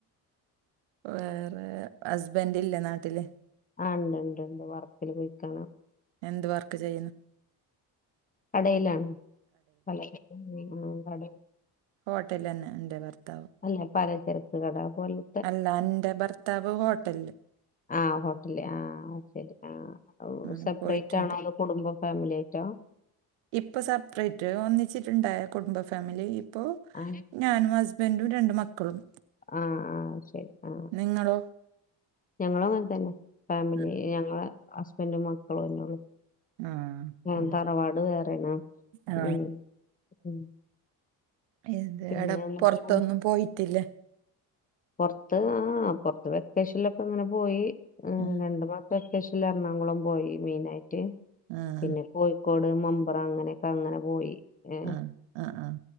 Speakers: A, on the right; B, on the left.
A: വേറെ ഹസ്ബന്റ് ഇല്ലേ നാട്ടില്
B: ആഹ് ണ്ട് ണ്ട് ണ്ട് വർക്കിൽ പോയിക്കാൻ
A: എന്ത് വർക്ക് ചെയ്യുന്ന്
B: കടയിലാണ് <unintelligible> ഉം കട
A: ഹോട്ടൽന്ന ന്റെ ഭർത്താവ്
B: അല്ല പലചരക്ക് കട പോലെ
A: അല്ല എന്റെ ഭർത്താവ് ഹോട്ടൽ
B: ആഹ് ഹോട്ടല് ആ ശരി ആഓ
A: അങ്ങനെ
B: സപ്പറേറ്റ്
A: പോയിട്ടുണ്ട്
B: ആണോ അതോ കുടുംബ ഫാമിലി ആയിട്ടോ
A: ഇപ്പൊ സെപ്പറേറ്റ് ഒന്നിച്ചിട്ടുണ്ടായ കുടുംബ ഫാമിലി ഇപ്പോ
B: ആ
A: ഞാനും ഹസ്ബൻറും രണ്ട് മക്കളും
B: ആഹ് ആഹ് ശരി ആ
A: നിങ്ങളോ
B: ഞങ്ങളും അങ്ങനെ തന്നെ ഫാമിലി
A: ആ
B: ഞങ്ങള ഹസ്ബൻറും മക്കളും ന്നെ ഉള്ളൂ
A: ആ,
B: ഉം
A: അതെ
B: തറവാട് വേറെനാ
A: ആ
B: ഉം ഉം
A: അത
B: പിന്നെ
A: എടാ
B: എന്നിട്ട്
A: പൊർത്തൊന്നും പോയിറ്റില്ല
B: പൊറത്ത് ആ പൊറത്ത് വെക്കേഷനിലൊക്കെ ഇങ്ങനെ പോയി ഉം
A: അ
B: രണ്ടു മാസം വെക്കേഷനിൽ എറണാകുളം പോയി മെയിനായിട്ട്
A: ഉം,
B: പിന്നെ പോയി ക്കോട് മമ്പുറം അങ്ങനെയൊക്കെ അങ്ങനെ പോയി ഏ
A: ഉം, ഉം, ഉം,